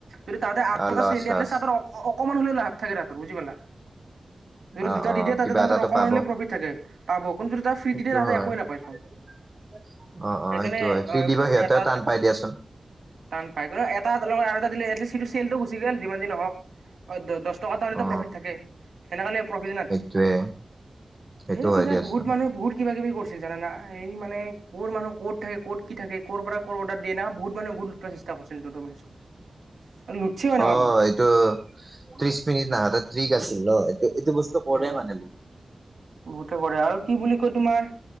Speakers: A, on the right; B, on the right.
A: যদি তাহতে আত্ম
B: অ
A: <unintelligible>
B: লছ লছ
A: অকমান হলে লাভ নাথাকে বুজি পালা। যদি
B: অ
A: দুটা
B: অ
A: দি দিয়ে তাতে
B: কিবা
A: তাহাঁত
B: এটাতো
A: অকণমান
B: পাব
A: হলে প্ৰফিট থাকে পাব কিন্তু যদি তাৰ ফ্ৰী
B: সেইটো
A: দি দিয়ে তাঁতে
B: হয়
A: একোৱে নাপায়চোন।
B: <inaudible> অ অ
A: সেইকাৰণে
B: সেইটো হয় ফ্ৰী
A: অ
B: দিব সিহঁতেও
A: এটা
B: টান পাই দিয়াচোন
A: টান পায় কিন্তু এটা লগত আৰু। এটা দিলে এটলিছ চেলটো গুচি গেল যিমান যি নহওঁক অ দ দ দছ টকাটা এটা
B: অ
A: প্ৰফিট থাকে। সেনেকে হলে প্ৰফিত এ নাথাকে
B: সেইটোয়ে সেইটো
A: এই
B: হয়
A: তেতিয়া
B: দিয়াচোন
A: বহুত মানুহে বহুত কিবা কিবি কৰছ জানা না এই মানে কৰ মানুহ ক'ত থাকে ক'ত কি থাকে ক' পৰা' অৰ্ডাৰ দিয়ে না বহুত মানুহ বহুত চেষ্টা <unintelligible> লুটছেও এনেকা
B: অ
A: বহুতে
B: এইটো ত্ৰিশ মিনিট ন হাতত ত্ৰিক আছিল ন। এইটো এইটো বস্তু পৰে
A: উম
B: মানে
A: বহুতে কৰে আৰু কি বুলি কয় তোমাৰ